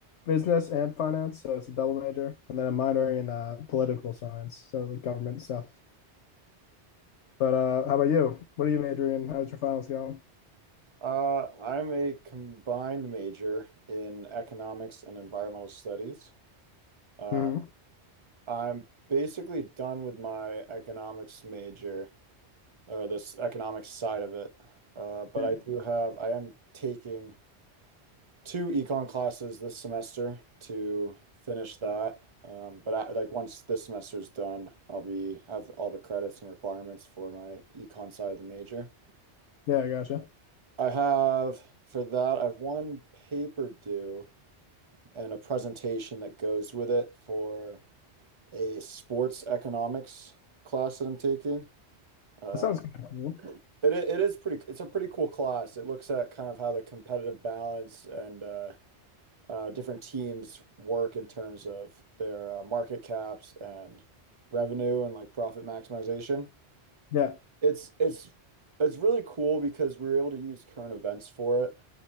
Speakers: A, on the left (about 85°); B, on the right (about 30°).
A: business and finance, so it's a double major, and then I'm minoring in uh, political science, so like government stuff. But uh, how about you? What are you majoring in? How's your finals going?
B: Uh, I'm a combined major in economics and environmental studies. Uh,
A: hmm
B: I'm basically done with my economics major. or this economics side of it. Uh, but
A: Yeah,
B: I do have, I am taking two econ classes this semester to finish that. Um, but I, like once this semester's done, I'll be have all the credits and requirements for my econ side of the major.
A: yeah, I gotcha.
B: I have for that, I have one paper due and a presentation that goes with it for a sports economics class that I'm taking. Uh,
A: That sounds kind of cool.
B: It i- it is pretty. It's a pretty cool class. It looks at kind of how the competitive balance and uh, uh, different teams work in terms of their uh, market caps and revenue and like profit maximization.
A: Yeah.
B: It's it's it's really cool because we were able to use current events for it.